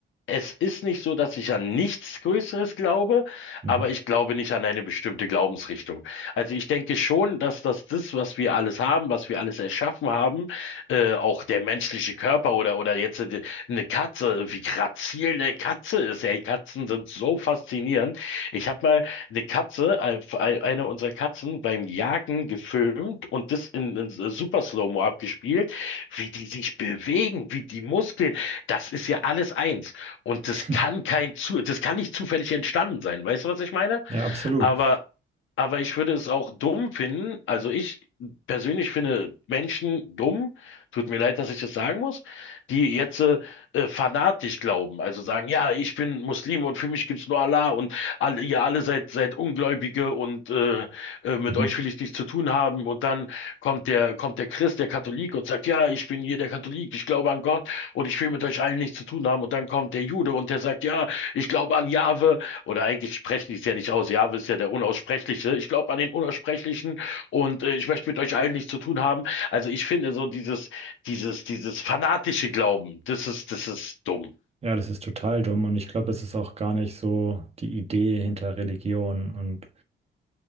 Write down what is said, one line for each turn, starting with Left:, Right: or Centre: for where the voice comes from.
Left: Es ist nicht so, dass ich an nichts Größeres glaube,
Right: Mhm.
Left: aber ich glaube nicht an eine bestimmte Glaubensrichtung. Also ich denke schon, dass das das, was wir alles haben, was wir alles erschaffen haben, äh, auch der menschliche Körper oder oder jetzt äh, eine Katze, wie grazil eine Katze ist. Ja, die Katzen sind so faszinierend. Ich habe mal eine Katze, äh, eine unserer Katzen beim Jagen gefilmt und das in, in Super Slow-Mo abgespielt, wie die sich bewegen, wie die Muskeln. Das ist ja alles eins. Und
Right: <laughs>
Left: das kann kein zu, das kann nicht zufällig entstanden sein. Weißt du, was ich meine?
Right: Ja, absolut.
Left: Aber aber ich würde es auch dumm finden, also ich persönlich finde Menschen dumm, tut mir leid, dass ich das sagen muss, die jetzt äh, äh, fanatisch glauben, also sagen, ja, ich bin Muslim und für mich gibt's nur Allah und alle, ihr alle seid, seid Ungläubige und äh, äh, mit
Right: Mhm.
Left: euch will ich nichts zu tun haben und dann kommt der, kommt der Christ, der Katholik und sagt, ja, ich bin hier der Katholik, ich glaube an Gott und ich will mit euch allen nichts zu tun haben und dann kommt der Jude und der sagt, ja, ich glaube an Jahwe oder eigentlich sprechen die es ja nicht aus. Jahwe ist ja der Unaussprechliche. Ich glaube an den Unaussprechlichen und äh, ich möchte mit euch allen nichts zu tun haben. Also ich finde so dieses, dieses, dieses fanatische Glauben, das ist, das ist dumm.
Right: Ja, das ist total dumm und ich glaube, es ist auch gar nicht so die Idee hinter Religion und